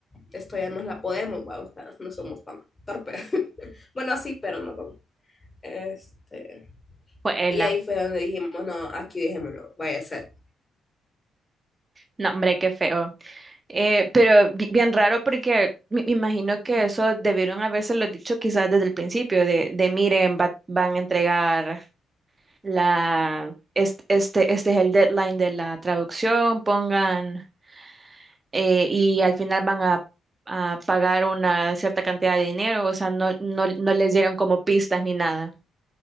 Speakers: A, on the left; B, on the right.
A: esto ya nos la podemos, va, o sea, no somos tan torpes. <laughs> Bueno, sí, pero no tan- Este,
B: Fue
A: y
B: ella.
A: ahí fue donde dijimos, no, aquí dejémoslo, vaya a ser.
B: No, hombre, qué feo. Eh, pero bi- bien raro porque me me imagino que eso debieron habérselo dicho quizás desde el principio, de, de miren, va- van a entregar la, este, este, este es el deadline de la traducción, pongan eh, y al final van a, a pagar una cierta cantidad de dinero, o sea, no, no, no les dieron como pistas ni nada.